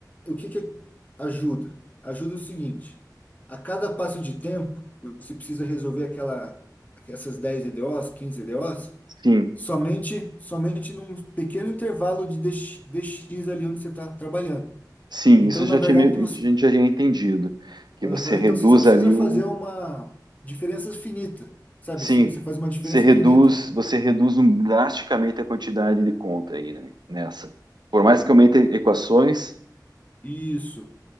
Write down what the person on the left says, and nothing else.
o que que ajuda? Ajuda o seguinte: a cada passo de tempo, você precisa resolver aquela, essas 10 EDOs, 15 EDOs,
somente, somente num pequeno intervalo de DX, DX ali onde você está trabalhando.
Então,
na
verdade,
você,
Aham,
então você só precisa
fazer
uma diferença finita, sabe
assim? Você faz uma diferença
finita.
Isso,